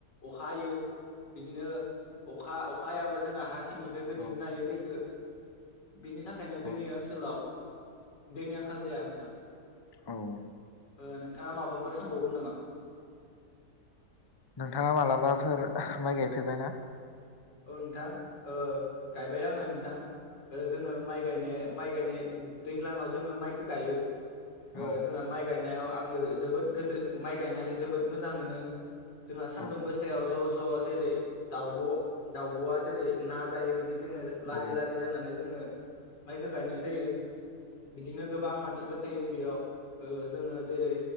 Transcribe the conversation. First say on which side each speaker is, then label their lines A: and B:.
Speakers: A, on the left; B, on the left.
A: अखा हायो बिदिनो अखा अखा हायाबा जोंहा हा सिंनिफ्रायबो
B: औ
A: दिहुननो हायो दैखो बिनि थाखायनो जोंनि
B: औ
A: ओनसोलाव दैनि आंखाल जाया नोंथां
B: औ
A: ओ नोंथांङा माबाफोर सोंबावगोन नामा?
B: नोंथांङा मालाबाफोर माइ गायफेरबाय ना?
A: औ नोंथां ओ गायबाय आङो नोंथां ओ जोङो माइ गायनो माइ गायनाय दैज्लांङाव जोंङो माइखो गायो ओ
B: औ
A: जोंहा माइ गायनायाव आंङो जोबोद गोजो माइ गायनानै जोबोद मोजां मोनो जोंहा सानदुं
B: औ
A: गोसायाव ज' ज' जेरै दाउब' दाउब'आ जेरै ना जायो बिदि जोंङो लारि
B: औ
A: लारि जानानै जोंङो माइखो गायनाय जायो बिदिनो गोबां मानसिबो थायो बेयाव ओ जोंङो जेरै